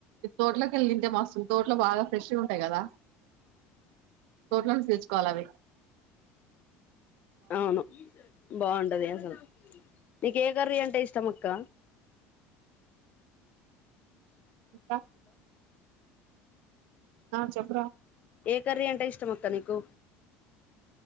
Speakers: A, on the right; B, on the left.
A: తోటలోకి వెళ్ళి తింటే మస్తు తోట్లో బాగా ఫ్రెష్గా ఉంటాయి కదా తోటలోంచి తెచ్చుకోవాలవి
B: అవును బావుంటది అసలు నీకు ఏ కర్రీ అంటే ఇష్టము క్క
A: ఇంకా ఆ చెప్పరా
B: ఏ కర్రీ అంటే ఇష్టమక్క నీకు